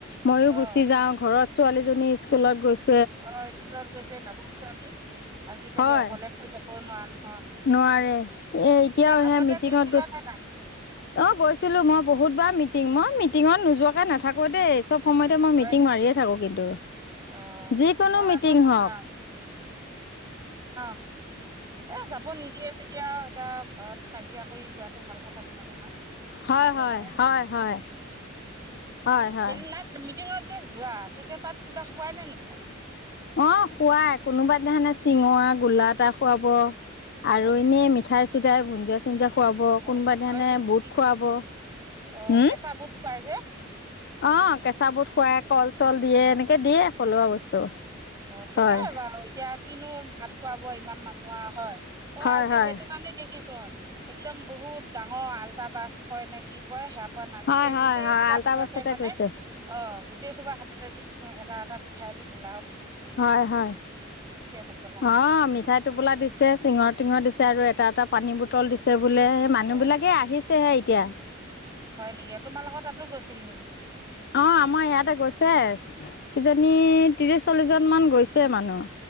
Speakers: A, on the left; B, on the right.
A: ময়ো
B: অ
A: গুচি যাও ঘৰত ছোৱালীজনী স্কুলত গৈছ
B: অ স্কুলত গৈছে গাভৰু ছোৱালী, আজিকালি
A: হয়
B: অকলে থৈ যাব কনোৱাৰ নহ
A: নোৱাৰে এ এতিয়াও
B: আগতে
A: সে মিটিঙত
B: গৈছিলা
A: গৈছ
B: নে নাই
A: অঁ গৈছিলো মই বহুতবাৰ মি টিঙ মই মিটিঙত নোযোৱাকে নাথাকো দেই চব সময়তে মই
B: হয়
A: মিটিং
B: নি
A: মাৰিয়ে থাকো কিন্তু
B: অ
A: যিকোনো
B: মই
A: মিটিং
B: আকৌ নাযাওঁ
A: হওঁক।
B: <unintelligible> এ যাব নিদিয়ে যেতিয়া আঁও এতিয়া ঘৰত কাজিয়া কৰি যোৱাটো ভাল কথা নহয় নহয়।
A: হয়
B: সেইকাৰণে
A: হয় হয় হয়। হয় হয়।
B: সেইদিনা মিটিঙত যে যোৱা তেতিয়া তাত কিবা খোৱাই নে নোখোৱায়।
A: অঁ কোৱা কোনোবাই সেদিনাখনে চিঙৰা গোলা এটা খুৱাব। আৰু
B: হয় নেকি
A: ইনেই মিঠাই তেতিয়াই ভুনজীয়াচ যে খুৱাব
B: অ
A: কোনোবা দিনাখনে
B: হয় নেকি
A: বুহুত খুৱাব।
B: অ
A: হুম
B: কেঁচা বুট খুৱাই যে
A: অ, কেঁচা বুত খুৱাই। কল চল দিয়ে
B: অ
A: এনেকে দিয়ে থলুৱা
B: হয় নেকি
A: বস্তু
B: অ ঠিকেই
A: হয়।
B: বাৰু এতিয়া কিনো ভাত খোৱাব ইমান মানুহৰ হয়। অ,
A: হয়,
B: আজি
A: হয়,
B: সেইটো কাৰণে দেখিছ। একদম বহুত ডাঙৰ আল্টা বাছ কয় নে কি কয় সেয়া। নাগিছে
A: হয়, হয়,
B: গোটেই
A: হয়,
B: খোবা
A: আল্টা
B: হাততে
A: বাছতে
B: মানে
A: গৈছে
B: অ, গোটেই খোবা হাত, দেখিছো এটা-এটা মিঠাইটো পৰি,
A: হয়-হয়
B: হ'বলা
A: অ, মিঠাই টোপোলা দিছে চিঙৰ টিঙৰ দিছে। আৰু এটা-এটা পানী বটল দিছে। বোলে সেই মানুহ
B: অ
A: বিলাকে আহিছেহে এতিয়া।
B: হয় নেকি আৰু তোমাৰ লগত তাতো গৈছিল নেকি?
A: অ, আমাৰ ইয়াতে গৈছে কিজনী
B: অ
A: ত্ৰিশ চল্লিশ জন মানু্হ গৈছে মানুহ।